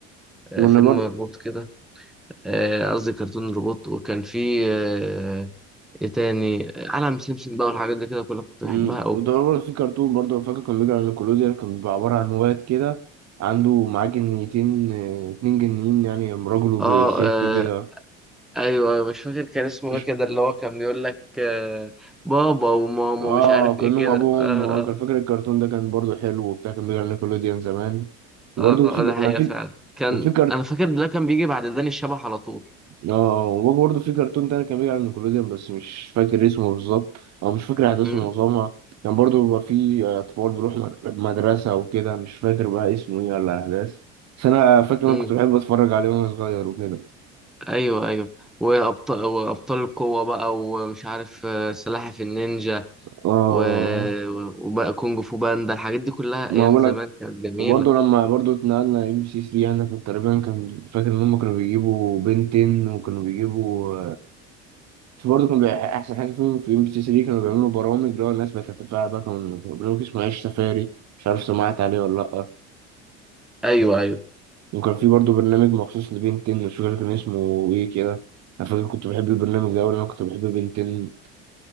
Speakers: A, in the centre; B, on the right.
A: آه،
B: وانا
A: فيلم
B: برضو
A: روبوت كده آه، قصدي كرتون روبوت وكان في آه، ايه تاني عالم سمسم بقى والحاجات دي كده كلها كنت بحبها
B: امم
A: أوي
B: وده برضه في كرتون برضه فاكر كان بيجي على نيكولوديان كان بيبقى عبارة عن واد كده عنده معاه جنيتين آه، اتنين جنيين يعني راجل وست
A: اه آه،
B: وكده
A: ايوه أيوة، مش فاكر كان اسمه
B: ش-
A: ايه كده اللي هو كان بيقول لك آه، بابا وماما
B: اه
A: مش عارف
B: كأنهم
A: ايه كده
B: أبوهم
A: اه
B: اه كان
A: آه،
B: فاكر الكرتون ده كان برضه حلو وبتاع كان بيجي على نيكولوديان زمان وبرضه
A: اه
B: في
A: ده حقيقة
B: أنا في
A: فعلا كان
B: وفي
A: انا فاكر ده كان بيجي بعد داني الشبح على طول
B: اه وباجي برضه في كرتون تاني كان بيجي على نيكولوديان بس مش فاكر اسمه بالظبط او مش فاكر احداثه
A: امم
B: معظمها كان برضه بيبقى فيه آه، اطفال بيروحوا مد- مدرسة وكده مش فاكر بقى اسمه ايه ولا الاحداث بس انا فاكر إن
A: امم
B: انا كنت بحب اتفرج عليه وانا صغير وكده
A: ايوه ايوه وابطال وابطال القوة بقى ومش عارف آه، سلاحف النينجا
B: اه
A: و... و- وبقى كونج فو باندا الحاجات دي كلها
B: ما
A: ايام
B: بقولك
A: زمان كانت جميلة
B: وبرضه لما برضه اتنقلنا ام بي سي 3 انا كنت تقريبا كان فاكر ان هم كانوا بيجيبوا بنتين وكانوا بيجيبوا برضه كان بيبقى أحسن حاجة فيهم في ام بي سي 3 كانوا بيعملوا برامج اللي هو الناس بتتفاعل بقى كانوا برنامج اسمه عيش سفاري مش عارف سمعت عليه ولا لأ
A: ايوه ايوه
B: وكان في برضه برنامج مخصوص لبنتين مش فاكر كان اسمه إيه كده أنا فاكر كنت بحب البرنامج ده وأنا كنت بحب بنتين